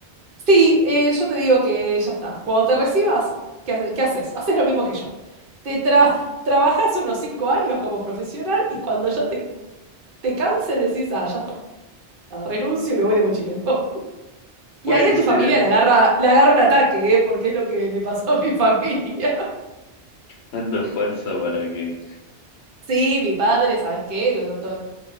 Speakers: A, on the right; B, on the left.
A: Sí, eh, yo te digo que ya está. Cuando te recibas, ¿qué, hace- qué haces? Haces lo mismo que yo. Te tra- <laughs> trabajas unos cinco años como profesional y cuando ya te, te canses decís, ah, ya está, renuncio y me voy de mochilero. <laughs> Y
B: Puede
A: ahí a
B: ser
A: tu familia le agarra, le agarra un ataque, ¿eh? Porque es lo que le pasó a mi familia. <laughs>
B: Tanto esfuerzo para que...
A: Sí, mi padre, ¿sabes qué? Yo to-